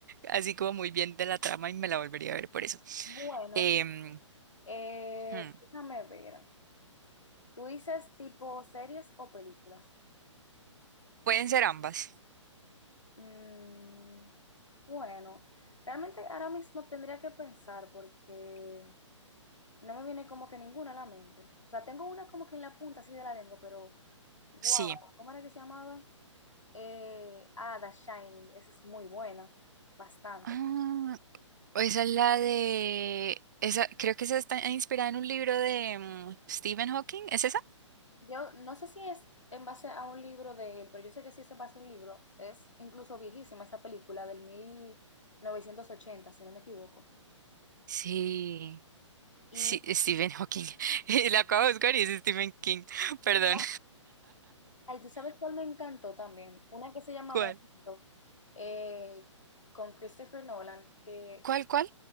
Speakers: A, on the right (about 35°); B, on the left (about 75°).
A: así como muy bien de la trama y me la volvería a ver por eso.
B: Bueno,
A: Em,
B: eh,
A: hmm,
B: déjame ver. ¿Tú dices tipo series o películas?
A: pueden ser ambas,
B: Mm, bueno, realmente ahora mismo tendría que pensar porque no me viene como que ninguna a la mente. O sea, tengo una como que en la punta así de la lengua, pero wow,
A: sí.
B: ¿cómo era que se llamaba? Eh, ah, The Shining, esa es muy buena, bastante.
A: Ah, esa es la de... Esa, creo que esa está inspirada en un libro de mm, Stephen Hawking, ¿es esa?
B: Yo no sé si es en base a un libro de él, pero yo sé que sí es en base a un libro. Es incluso viejísima esa película del mil novecientos ochenta si no me equivoco.
A: Sí,
B: Y,
A: sí, Stephen Hawking. <laughs> Y La acabo de buscar y es Stephen King, <laughs> perdón.
B: oh, ay, ¿tú sabes cuál me encantó también? Una que se llama
A: ¿Cuál?
B: Memento, eh, con Christopher Nolan, que
A: ¿Cuál, cuál?